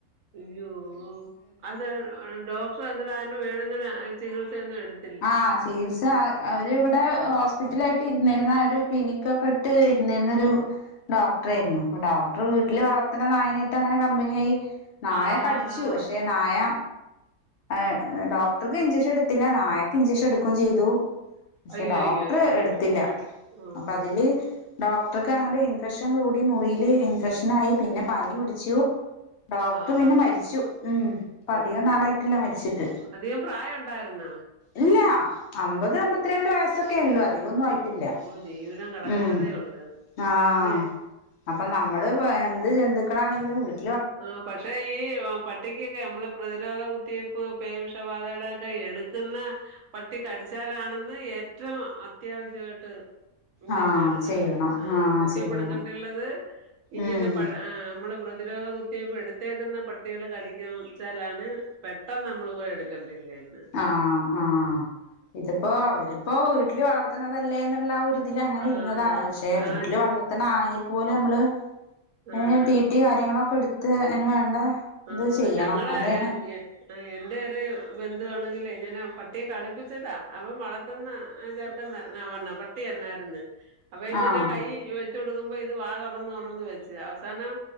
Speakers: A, on the right (about 70°); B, on the left (about 70°).
A: അയ്യോ അത് ഡോക്ടറെ അന്നേരം ആതിനു വേണന്നെന ആ ചികിത്സയൊന്നും എടുത്ത്
B: ആഹ് ചികിത്സ അവരിവിടെ ഹോസ്പിറ്റലായിട്ട് ഇരുന്നിരുന്ന ഒരു ക്ലിനിക്കൊക്കെ ഇട്ട് ട്ടിരുന്നിരുന്നൊരു ഡോക്ടറായിരുന്നു അപ്പ ഡോക് ടറു വീട്ടില് വളർത്തണ നായനേയിട്ടങ്ങനെ കമ്പിനി ആയി നായ
A: ആഹ്
B: കടിച്ചു പക്ഷെ നായ ഏഹ് ഡോക്ടർക്ക് ഇൻജെക്ഷൻ എടുത്തില്ല നായക്ക് ഇൻജെക്ഷൻ എടുക്കേം ചെയ്തു പക്ഷെ
A: അയ്യോയ്യോയ്യോ
B: ഡോക്ടറെ എടുത്തില്ല
A: ആഹ്
B: അപ്പ അതില് ഡോക്ടർക്ക് അങ്ങട്ട് ഇൻഫെക്ഷൻ കൂടി മുറിലെ ഇൻഫെക്ഷൻ ആയി പിന്നെ പനി പിടിച്ചു ഡോക്ടറു
A: ആഹ്
B: പിന്നെ മരിച്ചു ഉം ഇപ്പ
A: അയ്യോ
B: അധികം നാളായിട്ടില്ല മരിച്ചിട്ട്
A: അധികം പ്രായം ഒണ്ടാരുന്നോ
B: ഇല്ല അമ്പത് അമ്പത്തിരണ്ട് വയസ്സൊക്കേ ഉള്ളൂ അത് അധികൊന്നും ആയിട്ടില്ല
A: അയ്യോ ജീവിതം കിടക്കുന്നതേ
B: ഉം
A: ഉള്ളൂ
B: ആഹ്
A: അല്ലേ
B: അപ്പം നമ്മള് എന്തു ജന്തുക്കണാണെങ്കിലും വീട്ട്
A: ആഹ് പക്ഷെ ഈ ആഹ് പട്ടിക്കൊക്കെ അമ്മളു പ്രതിരോധ കുത്തിവയ്പ്പ് പേ വിഷബാധേടെ ഒക്കെ എടുക്കുന്ന പട്ടി കടിച്ചാലാണെന്ന് ഏറ്റവും അത്യാവശ്യം ആയിട്ട് ഇൻജെക്ഷൻ
B: ആഹ്
A: എടുക്കണ്ടിള്ളത്
B: ചെയ്യണം
A: ആഹ് കുത്തിവയ്പ്പ്
B: ചെയ്യണം
A: എടുക്കണ്ടുള്ളത് ഇങ്ങനെ
B: ഉം
A: പഴ ആഹ് നമ്മള് പ്രതിരോധ കുത്ത് കുത്തിവയ്പ്പ് എടുത്തേക്കുന്ന പട്ടികള് കടിക്കാൻ വെച്ചാലാണ് പെട്ടെന്ന് നമ്മളു പോയി എടുക്കണ്ടുള്ളേനെ
B: ആഹ് ആഹ് ഇതിപ്പോ അവരിപ്പോ വീട്ടിലു വളർത്തണതല്ലേന്നുള്ള ഒരിത് ഇതിൽ അങ്ങനിരുന്നതാണ്
A: ആഹ്
B: പക്ഷെ വീട്ടില്
A: ആഹ് ഞ
B: വളർത്തണ ആണെങ്കിൽ പോലും അമ്മള് അങ്ങെ
A: ആഹ്
B: റ്റി ട്ടി കാര്യങ്ങളൊക്കെ എടുത്ത് അയിനു വേണ്ട
A: ആഹ്
B: ഇത് ചെയ്യണം
A: ഞങ്ങളെ
B: എന്നാലാണ്
A: ഏഹ് ഞ്ഞെ ആഹ് എന്റെ ഒരു ബന്ധുവാണെങ്കിലേ ഞാനാ പട്ടിയെ കളിപ്പിച്ചതാ അവൻ വളത് ത്തുന്ന ആ ചെറുക്കൻ നവണ്ണ പട്ടി എന്നാരുന്നു അപ്പ ഇങ്ങനെ
B: ആഹ്
A: കൈ വെച്ച് ട്ടു കൊടുക്കുമ്പം ഇത് വാ തുറന്ന് തുറന്ന് വെച്ച് അവസാനം